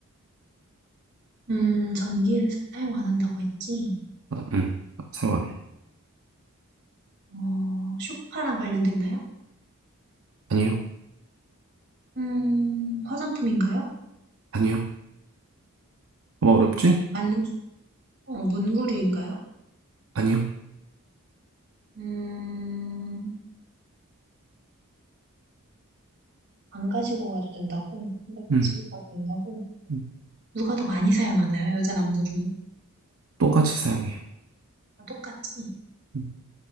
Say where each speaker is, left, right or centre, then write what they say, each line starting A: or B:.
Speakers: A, on the right (about 50°); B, on the right (about 70°).
A: 음, 전기를 사용 안 한다고 했지.
B: 아, 음, 사용 안 해.
A: 어, 쇼파랑 관련됐나요?
B: 아니요.
A: 음, 화장품인가요?
B: 아니요. 뭐 어렵지?
A: 안, 어, 문구류인가요?
B: 아니요.
A: 음, 안 가지고 가도 된다고? 근데
B: 음,
A: 가지고 가도 된다고?
B: 음.
A: 누가 더 많이 사용하나요? 여자, 남자 중에?
B: 똑같이 사용해요.
A: 다 똑같지?
B: 음,